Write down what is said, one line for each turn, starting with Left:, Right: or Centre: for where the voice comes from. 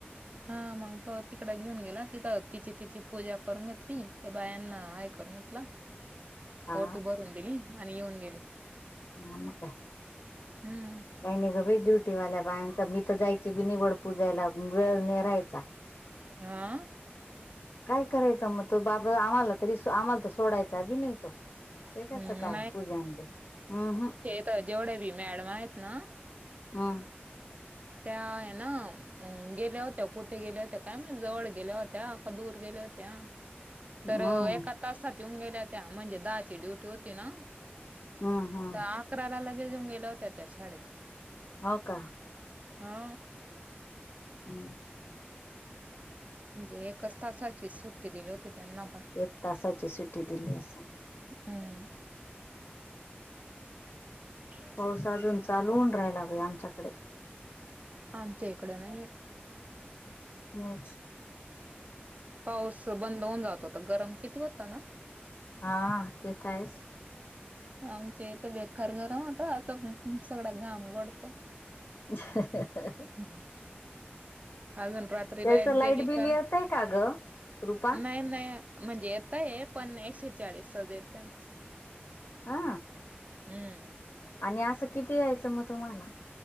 Right: हा मग तो तिकड घेऊन गेला, तिथं तिची तिची पूजा करून घेतली, ते बायांना ऐक कर म्हटलं
Left: हा.
Right: ओटी भरून दिली आणि येऊन गेली.
Left: आम काय
Right: हम्म.
Left: काही नाही गं भे डुटील्या बायांचा मी तर जायची बी नि वड पूजायला वेळ न राहायचा.
Right: हा.
Left: काय करायचं मग, तो बाबा आम्हाला तरी आम्हाला त सोडायचा बी नाही तो कशाच
Right: हम्म
Left: काय पूजा अ हम्म हम्
Right: जेवढे बी मॅडम आहेत ना,
Left: हम.
Right: त्या ना गेल्या हो त्या कुठ गेल्या होत्या काय माहित जवळ गेले होते त्या दूर गेल्या होत्या
Left: हम्म
Right: तर
Left: हम्म
Right: एका तासात येऊन गेल्या त्या म्हणजे, दहाची ड्युटी होती ना
Left: हम्म हम्म
Right: तर तक्रारा लगेऊन गेल्या होत्या त्या शाळेत.
Left: हो का.
Right: हा.
Left: हम्म
Right: <unintelligible> म्हणजे एकच तासाची सुट्टी दिली होती त्यांना पण,
Left: एक तासाची सुटी दिली असन
Right: हम <unintelligible>
Left: पाऊस अजून चालवून राहायला बई आमच्याकडे
Right: आमच्या इकडं नाही येत.
Left: नाही
Right: पाऊस बंद होऊन जातोता गरम किती होता ना
Left: हा ते तर आहेच.
Right: आमच्या इथं बेख घरम होत आता सगळा घाम घडतो.
Left: <inaudible>
Right: ह् अजून रात त्री
Left: त्याच
Right: लाईट गेली
Left: बिल
Right: का,
Left: येतय का ग रुपा
Right: नाही नाही म्हणजे येतय पनना एकशे चाळीस येतय.
Left: हा
Right: हम्म
Left: आणि असं किती यायचं मग तुम्हाला?